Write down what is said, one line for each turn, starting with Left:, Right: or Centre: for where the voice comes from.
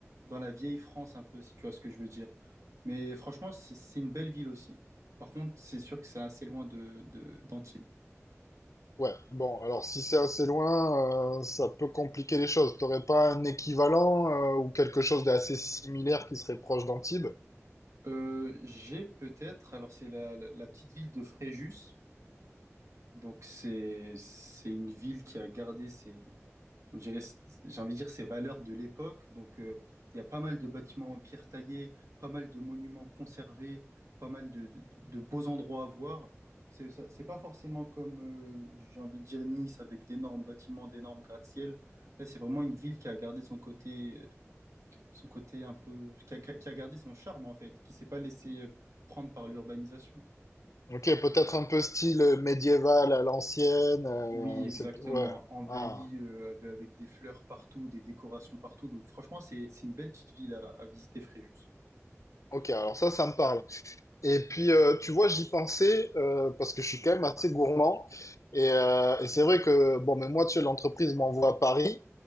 Right: dans la vieille France, un peu, si tu vois ce que je veux dire. Mais franchement, c'est c'est une belle ville aussi. Par contre, c'est sûr que c'est assez loin de, de- d'Antibes.
Left: Ouais, bon, alors si c'est assez loin, euh, ça peut compliquer les choses. T'aurais pas un équivalent euh, ou quelque chose d'assez similaire qui serait proche d'Antibes?
Right: Euh, j'ai peut-être, alors c'est la, la- la petite ville de Fréjus, donc c'est c'est une ville qui a gardé ses, on dirait, j'ai envie de dire, ces valeurs de l'époque. Donc, euh, il y a pas mal de bâtiments en pierre taillée, pas mal de monuments conservés, pas mal de, de- de beaux endroits à voir. C'est ça- c'est pas forcément comme, euh, j'ai envie de dire, Nice avec d'énormes bâtiments, d'énormes gratte-ciel. Là, c'est vraiment une ville qui a gardé son côté, son côté un peu, qui a, qui a- qui a gardé son charme en fait, qui s'est pas laissé prendre par l'urbanisation.
Left: Ok, peut-être un peu style euh, médiéval à l'ancienne. euh,
Right: Oui, exactement.
Left: c'est- ouais.
Right: Embellie
Left: Ah,
Right: euh, avec avec des fleurs partout, des décorations partout. Donc franchement, c'est c'est une belle petite ville à, à visiter, Fréjus.
Left: ok, alors ça, ça me parle. Et puis, euh, tu vois, j'y pensais euh, parce que je suis quand même assez gourmand. Et, euh, et c'est vrai que, bon, mais moi, tu sais, l'entreprise m'envoie à Paris.